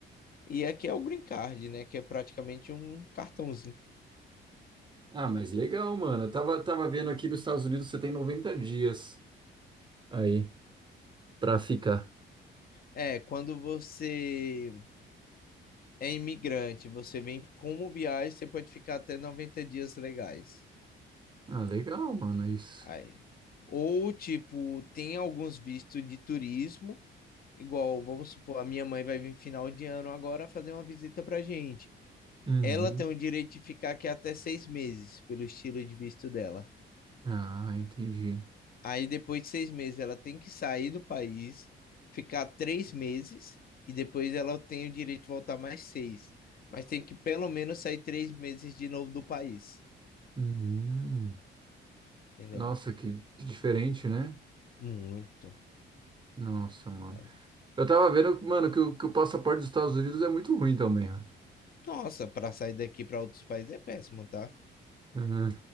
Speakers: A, on the left; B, on the right.
A: E aqui é o green card, né? Que é praticamente um cartãozinho.
B: Ah, mas legal, mano. Eu tava, tava vendo aqui nos Estados Unidos você tem 90 dias aí pra ficar.
A: É, quando você é imigrante, você vem como viagem, você pode ficar até 90 dias legais.
B: Ah, legal, mano, é isso.
A: Aí. Ou, tipo, tem alguns vistos de turismo Igual, vamos supor, a minha mãe vai vir final de ano agora fazer uma visita pra gente.
B: Uhum.
A: Ela tem o direito de ficar aqui até seis meses, pelo estilo de visto dela.
B: Ah, entendi.
A: Aí depois de seis meses ela tem que sair do país, ficar três meses, e depois ela tem o direito de voltar mais seis. Mas tem que pelo menos sair três meses de novo do país,
B: Uhum.
A: entendeu?
B: Nossa, que que diferente, né?
A: Muito.
B: Nossa, mano.
A: tá?
B: Eu tava vendo, mano, que o, que o passaporte dos Estados Unidos é muito ruim também, ó.
A: Nossa, pra sair daqui pra outros países é péssimo, tá?
B: Uhum.